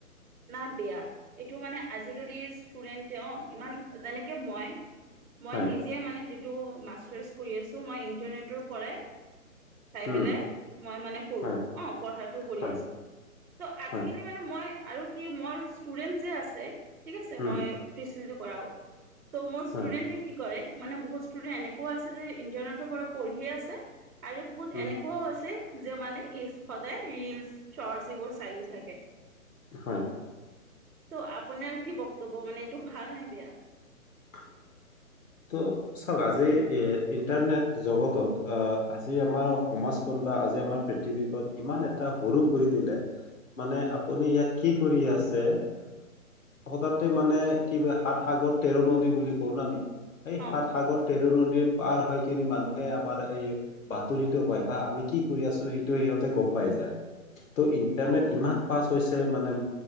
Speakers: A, on the right (about 65°); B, on the left (about 60°).
A: নাহ বেয়া এইটো মানে আজি কালিৰ ষ্টুডেণ্টতে অ ইমান যেনেকে মই। মই
B: হয়
A: নিজে মানে যেতিয়া। অ মাষ্টাৰ্ছ কৰি আছোঁ ইন্টাৰনেটৰ পৰাই। চাই
B: উম
A: পেলাই মই মানে কৰোঁ।
B: হয়
A: অ পঢ়াটো কৰি
B: হয়
A: আছোঁ, চ' আজি-কালি
B: হয়
A: মানে মই। আৰু কি, মোৰ ষ্টুডেণ্ট যে আছে। ঠিক আছে,
B: উম
A: মই পিছ। পঢ়াওঁ। ত' মোৰ ষ্টুডেণ্টে
B: হয়
A: কি কৰে। মানে বহুত ষ্টুডেণ্ট এনেকুৱা আছে যে, ইণ্টাৰনেটৰ পৰা পঢ়িয়ে আছে। আৰু বহুত
B: উম
A: এনেকুৱাও আছে। যে মানে ইচ। সদায় ৰীল স্বৰ্ত এইবোৰ চায়ইে থাকে।
B: হয়।
A: ত' আপোনাৰ কি বক্তব্য মানে। টো ভাল নে বেয়া।
B: <inaudible> ত' চাওঁক আজি ইণ্টাৰনেট জগতত আজি আমাৰ সমাজখন বা আজি আমাৰ পৃথিৱীখন ইমান এটা সৰু কৰি দিলে মানে আপুনি ইয়াত কি কৰি আছে সদাতে মানে কি সাত সাগৰ তেৰ নদী বুলি কওঁ নহ আমি। এই সাত
A: অ
B: সাগৰ তেৰ ন। পাৰ হৈ কিনি মানুহে আমাৰ এই বাতৰিতটো পায়, বা আমি কি কৰি আছোঁ সেইটো সিহঁতে গম পাই যায়। ত ইন্টাৰনেট
A: অ
B: ইমান ফাষ্ট হৈছে। তে মানে